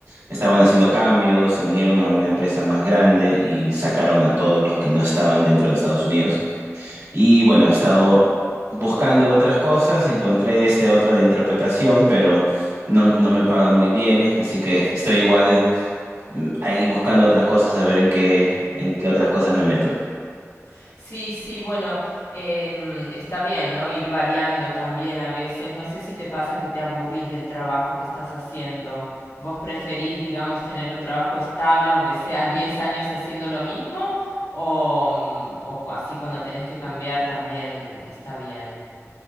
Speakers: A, on the right; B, on the left.
A: estaban
B: Sí,
A: haciendo cambios, se unieron a una empresa más grande y sacaron a todos los que no estaban dentro de Estados Unidos. Y bueno, he estado buscando otras cosas, encontré este otro de interpretación, pero no, no me paga muy bien, así que estoy igual mm, ahí buscando otras cosas a ver en qué,
B: sí,
A: en qué otras cosas
B: sí,
A: me meto.
B: sí. Sí, sí, bueno, em, está bien, ¿no? Ir variando también a veces. No sé si te pasa que te aburrís del trabajo que estás haciendo. ¿Vos preferís, digamos, tener un trabajo estable, aunque sea <laughs> 10 años haciendo lo mismo? O, mm, o cu- así cuando tenés que cambiar también está bien.